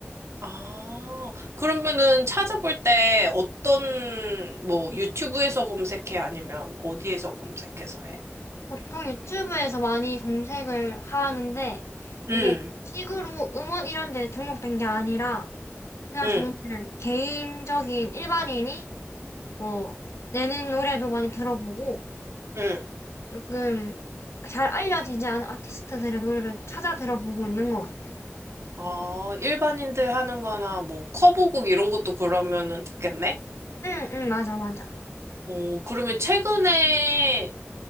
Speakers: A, on the right; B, on the left.
A: 아, 그러면은 찾아볼 때 어떤, 뭐, 유튜브에서 검색해? 아니면 어디에서 검색해서 해?
B: 보통 유튜브에서 많이 검색을 하는데 이게
A: 응,
B: 식으로 음원 이런 데 등록된 게 아니라 그냥
A: 응,
B: 정말 개인적인 일반인이 뭐 내는 노래도 많이 들어보고
A: 응.
B: 조금 잘 알려지지 않은 아티스트들의 노래를 찾아 들어보고 있는 것 같아.
A: 아, 일반인들 하는 거나 뭐 커브곡 이런 것도 그러면은 듣겠네?
B: 응, 응, 맞아, 맞아.
A: 어, 그러면 최근에